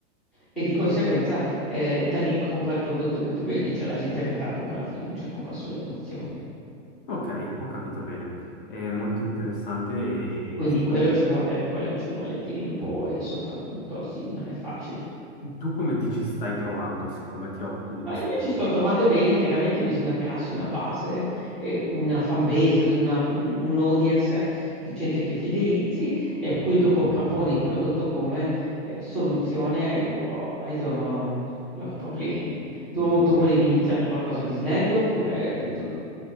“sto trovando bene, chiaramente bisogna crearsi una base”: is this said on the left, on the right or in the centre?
Centre